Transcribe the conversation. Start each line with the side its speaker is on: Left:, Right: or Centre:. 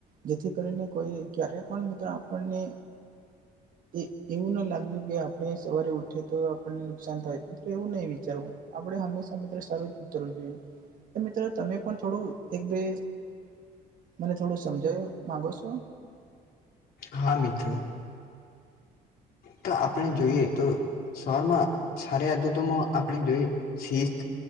Right: જેથી કરીને કોઈ ક્યારેય પણ મિત્ર આપણને એ એવું ના લાગ્યું કે આપણે સવારે ઉઠી તો આપણને નુકસાન થાય એવું નહી વિચારું હું. આપણે હંમેશા મિત્રો સારું જ વિચારવું જોઈએ. તો મિત્રો તમે પણ થોડું એક બે મને થોડું સમજાવ માગો છો?
Left: હા મિત્ર. તો આપણે જોઈએ તો શરમાં સાર આદુ તોમાં આપ જોઈ શિસ્ત,